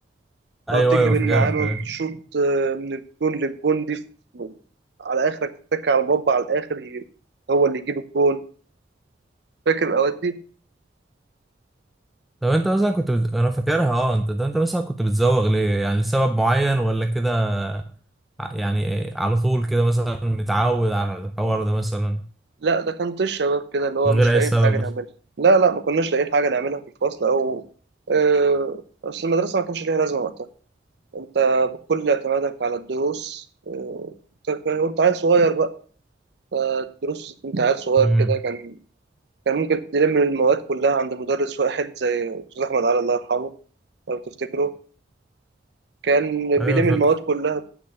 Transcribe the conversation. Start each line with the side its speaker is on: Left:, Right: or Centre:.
Centre: ايوه
Right: تقعد تجري
Centre: ايوه
Right: بين
Centre: فاكرها
Right: النعامه
Centre: فاكرها
Right: وتشوط آه، من الجون للجون دي في... على اخرك تتك على المربع على الاخر ي- هو اللي يجيب الجون فاكر الاوقات دي
Centre: طب انت مثلا كنت بت... انا فاكرها اه انت ده انت مثلا كنت بتزوغ ليه يعني لسبب معين ولا كده ع- يعني آه، على طول كده مثلا متعود على الحوار ده مثلا
Right: لا ده كان طيش شباب كده اللي هو
Centre: من
Right: مش
Centre: غير
Right: لاقيين
Centre: اي سبب
Right: حاجه
Centre: مثلا
Right: نعملها لا لا ما كناش لاقيين حاجه نعملها في الفصل او آه، بس المدرسه ما كانش ليها لازمه وقتها انت بكل اعتمادك على الدروس آه، انت كنت عيل صغير بقى فالدروس انت عيل صغير
Centre: امم
Right: كده كان كان ممكن تلم المواد كلها عند مدرس واحد زي استاذ احمد علي الله يرحمه لو تفتكره كان بيلم
Centre: ايوه فاكره
Right: المواد كلها